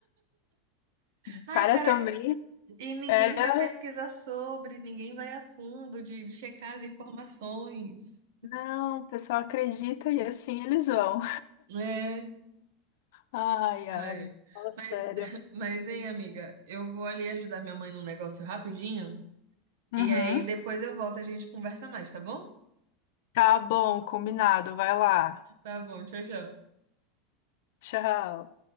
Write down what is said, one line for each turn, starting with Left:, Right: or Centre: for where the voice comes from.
Left: O
Right: Ai,
Left: cara
Right: cara,
Left: também
Right: e ninguém
Left: era.
Right: vai pesquisar sobre, ninguém vai a fundo de, de checar as informações.
Left: Não, o pessoal acredita e assim eles vão.
Right: É.
Left: Ai,
Right: Ai.
Left: ai, fala sério.
Right: Mas, <laughs> mas, hein, amiga, eu vou ali ajudar minha mãe num negócio rapidinho.
Left: Uhum.
Right: E aí depois eu volto, e a gente conversa mais, tá bom?
Left: Tá bom, combinado. Vai lá.
Right: Tá bom, tchau, tchau.
Left: Tchau.